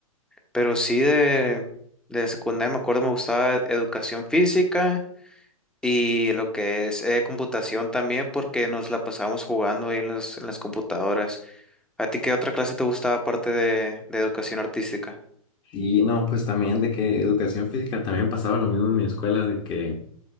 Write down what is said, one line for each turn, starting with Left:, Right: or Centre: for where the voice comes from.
Centre: Pero sí de, de secundaria me acuerdo me gustaba e-, educación física y lo que es eh, computación también porque nos la pasábamos jugando ahí en las, en las computadoras. ¿A ti qué otra clase te gustaba aparte de, de educación artística?
Left: Y no, pues también de que educación física también pasaba lo mismo en mi escuela, de que,